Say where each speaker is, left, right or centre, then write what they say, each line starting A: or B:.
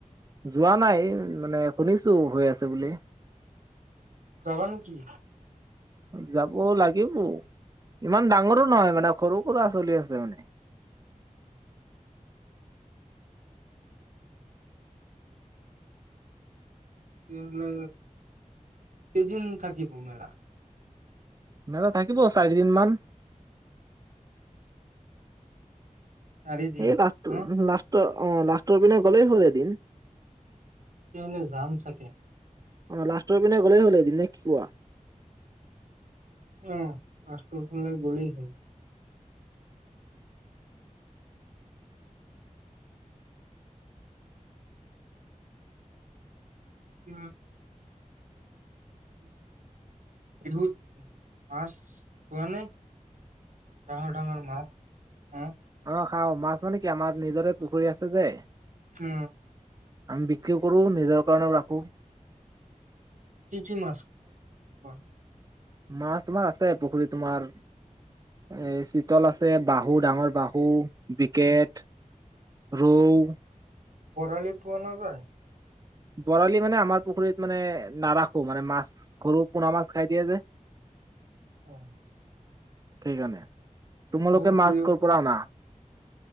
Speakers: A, on the right; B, on the right.
A: যোৱা নাই মানে শুনিছো হৈ আছে বুলি
B: যাবা নেকি
A: যাব লাগিব ইমান ডাঙৰো নহয় মানে সৰু পৰাুৰা চলি আছে মানে
B: তেহলে কেইদিন থাকিব মেলা
A: নাদা থাকিব চাৰিদিন মান
B: চাৰিদিন
A: এই লাষ্ট
B: ন
A: লাষ্টটো অ লাষ্টৰ পিনে গ'লেই হল এদিন
B: তেওঁনে জাম চাকে
A: অ লাষ্টৰ পিনে গ'লেই হ'ল এদিন নে কি কোৱা?
B: আহ মষ্টৰ ফালে গ'লেই হ'ল উ বিহুত মচ হোৱা নাই ডাঙৰ ডাঙৰ মাছ অ
A: অ খাও মাছ মানে কি আমাৰ নিজৰে পুখুৰী আছে যে
B: অ
A: আমি বিক্ৰী কৰো নিজৰ কাৰণেও ৰাখোঁ
B: কি কি মছ বা
A: মাছ তোমাৰ আছে পুখুৰীত তোমাৰ এ চিতল আছে বাহু ডাঙৰ বাহু স বি্ৰকেট
B: উম,
A: ৰৌহ
B: বৰালি পোৱা নাযায়
A: বৰালি মানে আমাৰ পুখুৰীত মানে নাৰাখ মানে মাছ ঘৰু পোনা মাছ খাই দিয়ে যে
B: অ
A: ঠিক আনে তোমালোকে
B: মোৰ
A: মাছ
B: প্ৰিয়
A: কৰ কৰা আনা